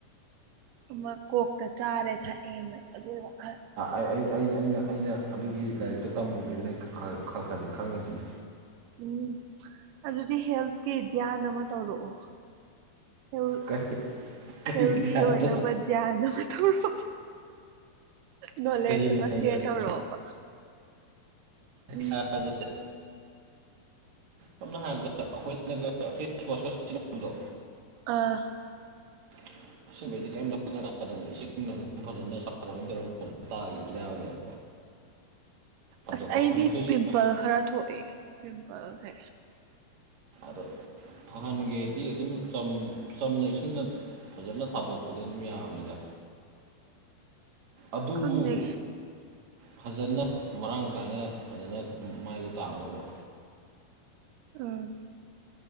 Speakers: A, on the right; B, on the right.
A: ꯑꯃ ꯀꯣꯛꯇ ꯆꯥꯔꯦ ꯊꯛꯑꯦꯅ ꯑꯗꯨꯒꯤꯜ
B: ꯑꯩ ꯑꯩꯅ ꯑꯩꯅ ꯑꯗꯨꯒꯤ ꯂꯥꯏꯔꯤꯛꯇꯣ ꯇꯝꯃꯨꯕꯅꯤꯅ ꯈ ꯈꯔ ꯈꯔꯗꯤ ꯈꯪꯉꯤꯁꯤꯅꯤ
A: ꯎꯝ ꯑꯗꯨꯗꯤ ꯍꯦꯜꯊꯀꯤ ꯙ꯭ꯌꯥꯟ ꯑꯃ ꯇꯧꯔꯛꯑꯣ ꯍꯦꯜ
B: ꯀꯔꯤ ꯀꯔꯤ
A: ꯍꯦꯜꯗꯤ
B: ꯙ꯭ꯌꯥꯟ
A: ꯑꯣꯏꯅꯕ
B: ꯇꯧ
A: ꯙ꯭ꯌꯥꯟ ꯑꯃ ꯊꯣꯛꯔꯛꯑꯣ ꯅꯂ
B: ꯀꯔꯤ
A: ꯆ
B: ꯃꯑꯣꯡꯗ
A: ꯃꯥꯁꯤꯌꯥ ꯇ ꯔꯕꯥ ꯎꯝ
B: ꯏꯁꯥꯁꯦ ꯁꯝꯅ ꯍꯥꯏꯔꯕꯗ ꯑꯩꯈꯣꯏ ꯐꯦ ꯋꯥꯁꯀ ꯁꯤꯖꯤꯟꯅꯕꯗꯣ
A: ꯑꯥ
B: <unintelligible> ꯐꯖꯅ ꯇꯧꯔ ꯇꯥꯈꯤꯕ ꯌꯥꯕꯅꯦꯕ ꯑꯗꯣ
A: ꯑꯁ
B: ꯑꯩꯈꯣꯏꯅ
A: ꯑꯩꯗꯤ
B: ꯐꯦꯁ
A: ꯄꯤꯝꯄꯜ
B: ꯋꯥꯁ
A: ꯈꯔ ꯊꯣꯛꯏ ꯄꯤꯝꯄꯜꯁꯦ
B: ꯑꯗꯣ ꯑꯍꯟꯒꯦꯗꯤ ꯑꯗꯨꯝ ꯁꯝ ꯆꯝꯅ ꯏꯁꯤꯡꯅ ꯐꯖꯅ ꯊꯥꯗꯣꯛꯄꯗ ꯑꯗꯨꯝ ꯌꯥꯕꯅꯤꯗ ꯑꯗꯨꯕꯨ
A: ꯈꯪꯗꯦ
B: ꯐꯖꯅ ꯃꯔꯥꯡ ꯀꯥꯏꯅ ꯐꯖꯅ ꯃꯥꯏꯗꯣ ꯇꯥꯛꯒꯗꯧꯕ
A: ꯑꯥ